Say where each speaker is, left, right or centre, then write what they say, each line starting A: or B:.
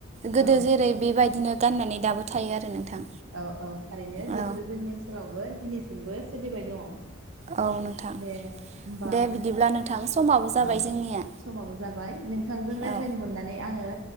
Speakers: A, on the right; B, on the right.
A: गोदो
B: औ
A: जेरै बेबायदिनो गाननानै दाबो थायो आरो नोंथां
B: औ औ थारैनो बेफोरो
A: औ
B: जोंनि ओनसोलावबो दिनैसिमबो सोलिबाय दङ'
A: औ नोंथां
B: दे होमबा
A: दे बिदिब्ला नोंथां समाबो जाबाय
B: औ
A: जोंनिया
B: समाबो जाबाय नोंथांजों रायज्लायनो
A: औ
B: मोननानै आङो